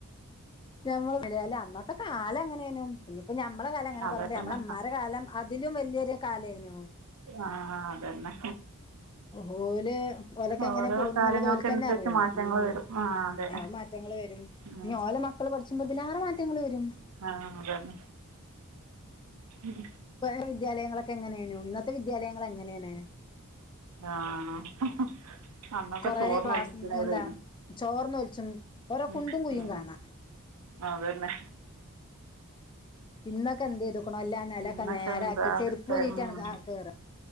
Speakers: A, on the left (about 20°); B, on the right (about 85°).
A: നമ്മൾ അന്നത്തെ കാലം എങ്ങനെയ്നു പിന്നയിപ്പ നമ്മളെ കാലം എങ്ങനെ
B: അതന്നെ
A: പറയന്ന്ണ്ട് നമ്മളെ ഇമ്മരെ കാലം അതിലും വലിയൊരു കാലായിനു
B: ആഹ് അതന്നെ
A: ഓ ഓല് ഓലൊക്കെ എങ്ങനെ
B: ഓരോ
A: പോയിന്
B: കാലങ്ങൾക്കനുസരിച്ച്
A: എന്നുള്ളത് ഓല്ക്കന്നെ അറിയോുള്ളൂ
B: മാറ്റങ്ങൾ
A: ഉം
B: വരും ആ അതെ
A: ആ മാറ്റങ്ങള് വരും
B: ഉം
A: ഇനി ഓല മക്കള് പഠിച്ച്ബ ഇതിലറെ മാറ്റങ്ങള് വരും.
B: ആഹ് അതന്നെ ഉം
A: വേറെ വിദ്യാലയങ്ങളൊക്കെ എങ്ങനെയ്ന്നു ഇന്നത്തെ വിദ്യാലയങ്ങൾ എങ്ങനെയാണ്?
B: ആഹ് അന്നൊത്തെ
A: കൊറേ
B: ചോറിന്
A: ക്ലാസ്
B: നിക്കണം
A: എന്താ
B: വരി
A: ചോർന്നൊലിച്ചും. ഓരോ
B: ഉം
A: കുണ്ടും കുഴിയും
B: ഉം
A: കാണാം
B: അതന്നെ
A: ഇന്നൊക്കെ എന്ത് ചെയ്തുക്ക്ണു ഓല് ആഹ് നിലൊക്കെ
B: ഇന്നൊക്കെ
A: നേരാക്കി
B: എന്താ
A: ചെരുപ്പ്‌ ഉരീട്ടാണ്
B: ഉം
A: കേറയാ